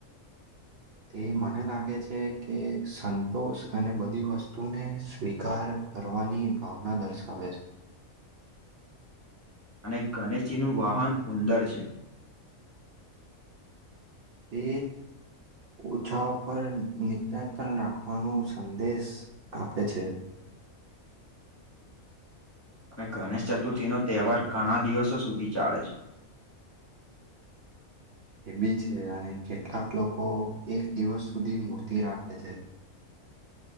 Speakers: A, on the right; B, on the left.
A: તે મને લાગે છે કે સંતોષ અને બધી વસ્તુને સ્વીકાર કરવાની ભાવના દર્શાવે છે.
B: અને ગણેશજીનું વાહન ઉંદર છે.
A: તે ઓછાઓ પર નિતંતણ રાખવાનો સંદેશ આપે છે.
B: અને ગણેશ ચતુર્થી નો તહેવાર ઘણા દિવસો સુધી ચાલે છે.
A: એ બી છે અને કેટલાક લોકો એક દિવસ સુધી મૂર્તિ રાખે છે.